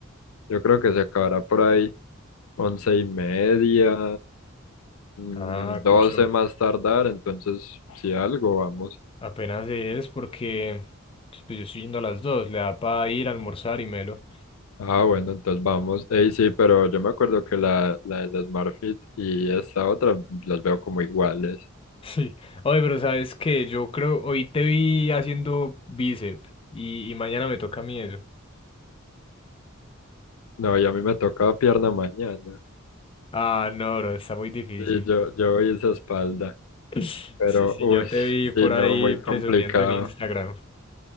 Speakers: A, on the left (about 80°); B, on the left (about 25°).
A: yo creo que se acabará por ahí 11 y media, mm,
B: Ah,
A: 12
B: Cucho,
A: más tardar, entonces si algo vamos.
B: apenas es porque pues, yo estoy yendo a las dos, le da para ir a almorzar y melo.
A: Ah, bueno, entonces vamos. Ey, sí, pero yo me acuerdo que la, la del SmartFit y esta otra las veo como iguales.
B: Sí. Oye, pero sabes que yo creo, hoy te vi haciendo bíceps y, y mañana me toca a mí eso.
A: No, y a mí me tocaba pierna mañana.
B: Ah, no, bro, está muy difícil.
A: Y yo, yo hice espalda,
B: <laughs>
A: pero
B: Sí, sí,
A: uy,
B: yo te vi por
A: sí, no,
B: ahí
A: muy
B: presumiendo
A: complicado.
B: en Instagram.